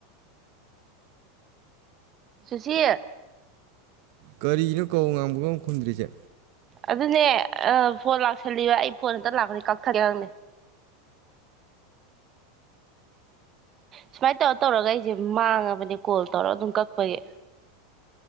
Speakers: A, on the right; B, on the right.
A: ꯁꯨꯁꯤ
B: ꯀꯔꯤꯅꯣ ꯀꯧ ꯉꯥꯡꯕꯒ ꯈꯨꯝꯗ꯭ꯔꯤꯁꯦ
A: ꯑꯗꯨꯅꯦ ꯐꯣꯟ ꯂꯥꯛꯁꯜꯂꯤꯕ ꯑꯩ ꯐꯣꯟ ꯑꯝꯇ ꯂꯥꯛꯄꯅꯤ ꯀꯛꯊꯠꯒꯦꯔꯪꯅꯦ ꯁꯨꯃꯥꯏ ꯇꯧꯔ ꯇꯧꯔꯒ ꯑꯩꯁꯦ ꯃꯥꯡꯉꯕꯅꯦ ꯀꯣꯜ ꯇꯧꯔ ꯑꯗꯨꯝ ꯀꯛꯄꯒꯤ